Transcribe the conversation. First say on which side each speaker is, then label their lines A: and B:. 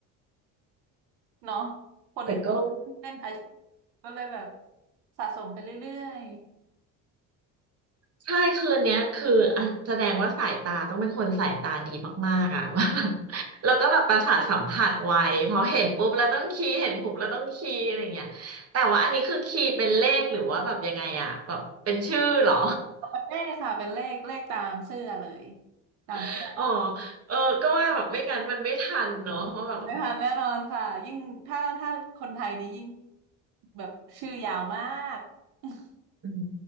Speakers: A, on the right; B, on the right.
A: เนาะคน
B: แต่ก็
A: เล่นไอซ์ก็เลยแบบสะสมไปเรื่อย
B: ใช่คืนเนี้ยคืออ่ะแสดงว่าสายตาต้องเป็นคนสายตาดีมากๆอ่ะ <laughs> ว่าแบบแล้วก็แบบประสาทสัมผัสไวเพราะเห็นปุ๊บแล้วต้องคีย์เห็นปุ๊บแล้วต้องคีย์อะไรเงี้ยแต่ว่าอันนี้คือคีย์เป็นเลขหรือว่าแบบยังไงอ่ะแบบเป็นชื่อเหรอ
A: ๆเป็นเลขค่ะเป็นเลขเลขตามเสื้อเลยตามเสื้อ
B: <laughs> อ๋อเออก็ว่าแบบไม่งั้นมันไม่ทันเนาะเพราะแบบ
A: ผมไม่ทันแน่นอนค่ะยิ่งถ้าถ้าคนไทยนี่ยิ่งแบบชื่อยาวมาก <laughs>
B: อืม